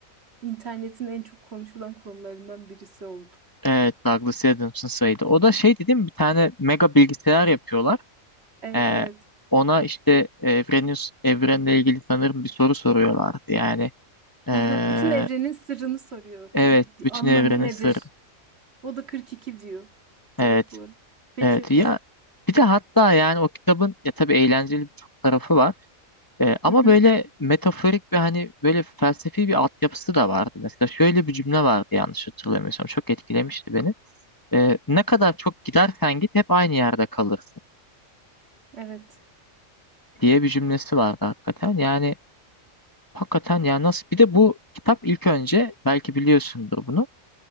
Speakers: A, on the right (about 50°); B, on the left (about 15°).
A: internetin en çok konuşulan konularından birisi oldu.
B: Evet, Douglas Adams'ın sayıydı. O da şey dedim bir tane mega bilgisayar yapıyorlar.
A: Evet
B: Ee,
A: evet.
B: ona işte evrenin, evrenle ilgili sanırım bir soru soruyorlardı. Yani ee,
A: <laughs> Bütün evrenin sırrını soruyor.
B: evet bütün
A: Anlamı
B: evrenin
A: nedir?
B: sırrı.
A: O da 42 diyor
B: Evet
A: cevapları. Peki.
B: evet ya
A: <laughs>
B: bir de hatta yani o kitabın ya tabii eğlenceli birçok tarafı var. Ee, ama
A: Hı hı,
B: böyle metaforik ve hani böyle felsefi bir altyapısı da vardı. Mesela şöyle bir cümle vardı yanlış hatırlamıyorsam çok etkilemişti beni. Ee, ne kadar çok gidersen git hep aynı yerde kalırsın.
A: Evet.
B: diye bir cümlesi vardı hakikaten. Yani hakikaten yani nasıl bir de bu kitap ilk önce belki biliyorsundur bunu.